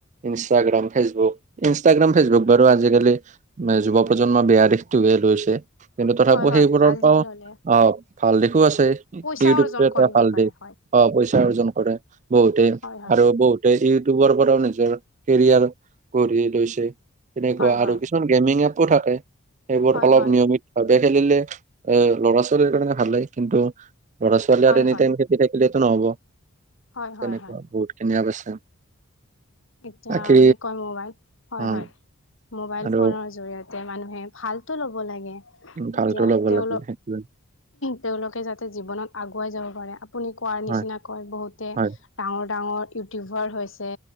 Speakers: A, on the right (about 35°); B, on the left (about 60°).
A: ইনষ্টাগ্ৰাম, ফেচবুক, ইনষ্টাগ্ৰাম, ফেচবুক বাৰু আজিকালি নাই, যুৱ-প্ৰজন্মৰ বেয়া দিশটোৱে লৈছে কিন্তু তথাপিও
B: হয় হয় হয়
A: সেইবোৰৰ
B: ভাল
A: পৰাও
B: দিশ ললে
A: আঁহ ভাল দিশো আছে,
B: পইচা
A: ইউটিউবটো
B: অৰ্জন
A: এটা
B: কৰিব
A: ভাল
B: পাৰে
A: দিশ
B: হয়
A: আঁহ' পইচা অৰ্জন কৰে বহুতেই।
B: হয় হয়
A: বহুতে ইউটিউবৰ পৰাও নিজৰ কেৰিয়াৰ গঢ়ি লৈছে, তেনেকুৱা
B: হয় হয়
A: আৰু কিছু গেমিং এপো থাকে, সেইবোৰ
B: হয়
A: অলপ
B: হয়
A: নিয়মিত ভালকে খেলি'লে এ' ল'ৰা-ছোৱালীৰ কাৰণে ভালেই কিন্তু ল'ৰা-ছোৱালী
B: হয়
A: আৰু এনি
B: হয়
A: টাইম শুই থাকিলেতো নহ'ব,
B: হয় হয়
A: তেনেকুৱা
B: হয়
A: বহুতখিনি আপ আছে।
B: এতিয়া
A: বাকী
B: এনেকুৱা মোবাইল, হয়-হয়।
A: উম
B: মোবাইল
A: আৰু
B: ফোনৰ জৰিয়তে এতিয়া মানুহে ভালতো ল'ব লাগে।
A: ভালটো
B: এতিয়া
A: ল'ব
B: তেওঁলোক
A: <inaudible>
B: তেওঁলোকে যাতে জীৱনত আগুৱাই যাব পাৰে আপুনি কোৱাৰ নিচিনা
A: হয়
B: কয় বহুতে ডাঙ,
A: হয়
B: ৰ ডাঙৰ ইউটিউবাৰ হৈছে